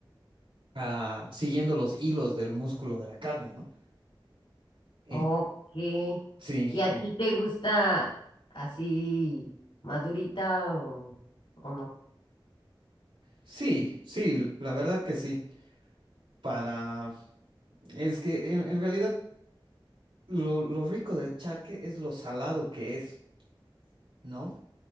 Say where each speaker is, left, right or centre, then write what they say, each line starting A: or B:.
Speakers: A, on the right (about 75°); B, on the left (about 75°).
A: a- siguiendo los hilos del músculo de la carne, ¿no? En-
B: Ok.
A: sí,
B: ¿Y a
A: en-
B: ti te gusta así más durita o, o no?
A: sí, sí, la verdad que sí. Para, es que en, en realidad lo, lo rico del charque es lo salado que es, ¿no?